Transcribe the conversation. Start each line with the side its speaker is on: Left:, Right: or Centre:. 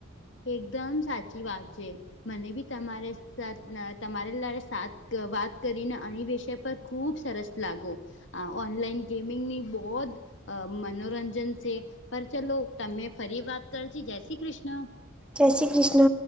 Left: એકદમ સાચી વાત છે. મને બી તમારે સાત ના તમારે લારે સાત વાત કરીને અણી વિશે પર ખૂબ સરસ લાગો, આ ઓનલાઈન ગેમિંગની બોદ અ મનોરંજન છે, પર ચલો તમે ફરી વાત કરજી. જય શ્રી ક્રિષ્ન.
Centre: જય શ્રી ક્રિષ્ન.